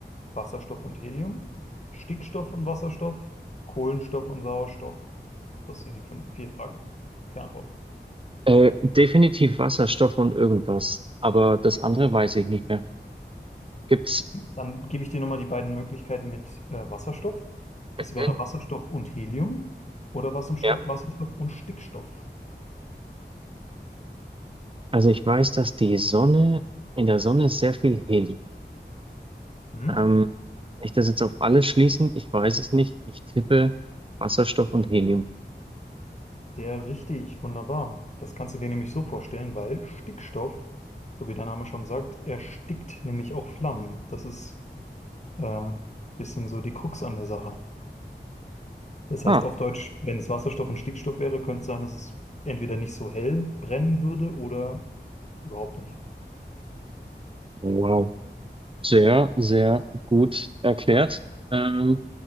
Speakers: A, on the left (about 40°); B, on the right (about 30°).
A: Wasserstoff und Helium, Stickstoff und Wasserstoff, Kohlenstoff und Sauerstoff. Das sind die fünf, vier Fragen. Per Antwort.
B: Äh, definitiv Wasserstoff und irgendwas. Aber das andere weiß ich nicht mehr. Gibt's?
A: Dann gebe ich dir nochmal die beiden Möglichkeiten mit äh, Wasserstoff. Das
B: Mhm,
A: wäre Wasserstoff und Helium oder Wasserstoff,
B: ja.
A: Wasserstoff und Stickstoff.
B: Also ich weiß, dass die Sonne, in der Sonne ist sehr viel Helium.
A: Hm?
B: Ähm, Kann ich das jetzt auf alles schließen? Ich weiß es nicht. Ich tippe Wasserstoff und Helium.
A: Sehr richtig, wunderbar. Das kannst du dir nämlich so vorstellen, weil Stickstoff, so wie der Name schon sagt, erstickt nämlich auch Flammen. Das ist äh, ein äh, bisschen so die Krux an der Sache. Das
B: Ah,
A: heißt auf Deutsch, wenn es Wasserstoff und Stickstoff wäre, könnte es sein, dass es entweder nicht so hell brennen würde oder überhaupt nicht.
B: wow. Sehr, sehr gut erklärt. Ähm,